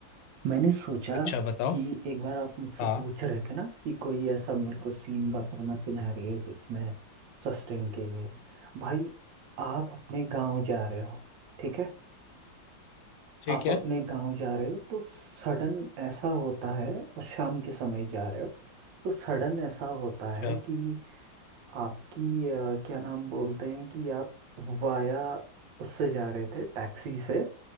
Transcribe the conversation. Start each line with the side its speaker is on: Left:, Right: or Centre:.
Right: मैंने सोचा
Left: अच्छा बताओ
Right: कि एक बार आप मुझसे
Left: हाँ
Right: पूछ रहे थे ना कि कोई ऐसा मेरे को सीन बताना सिनेरियो जिसमें सस्टेन के लिए भाई आप अपने गांव जा रहे हो ठीक है
Left: ठीक
Right: आप
Left: है
Right: अपने गांव जा रहे हो तो सडन ऐसा होता है और शाम के समय जा रहे हो तो सडन ऐसा होता
Left: अच्छा
Right: है कि आपकी अ, क्या नाम बोलते हैं कि आप वाया उससे जा रहे थे टैक्सी से